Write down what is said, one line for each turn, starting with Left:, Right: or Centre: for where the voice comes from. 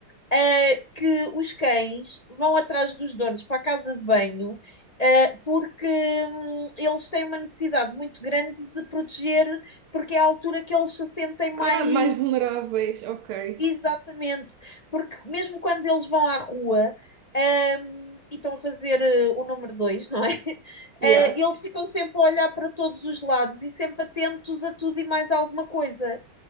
Left: eh, que os cães vão atrás dos donos para a casa de banho, eh, porque hum, eles têm uma necessidade muito grande de proteger, porque é a altura que eles se sentem mais
Right: Ah, mais vulneráveis, ok.
Left: Exatamente, porque mesmo quando eles vão à rua, ahm, e estão a fazer eh, o número dois não é? <laughs>
Right: Yeah.
Left: Eh, eles ficam sempre a olhar para todos os lados e sempre atentos a tudo e mais alguma coisa.